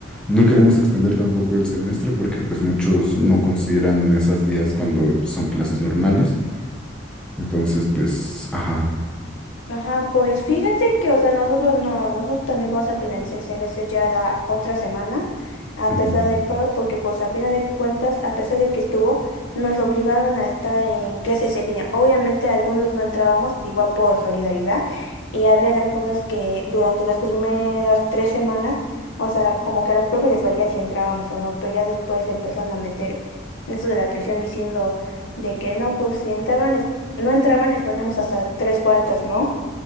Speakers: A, in the centre; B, on the left.
A: No queremos extender tampoco el semestre porque pues muchos no consideran esos días cuando pues, son clases normales. Entonces, pues, ajá.
B: Ajá, pues fíjate que, o sea, nosotros no, nosotros también vamos a finalizar el semestre ya la otra semana, a
A: Ujú.
B: pesar del paro, porque pues al final de cuentas, a pesar de que estuvo, nos obligaron a estar en clases en línea. Obviamente algunos no entrábamos, igual por solidaridad, y habían algunos que durante las primeras tres semanas, o sea, como que a los profes les valía si entrábamos o no, pero ya después empezaron a meter eso de la presión diciendo de que no, pues si entraban, les- no entraban, les poníamos hasta tres faltas, ¿no?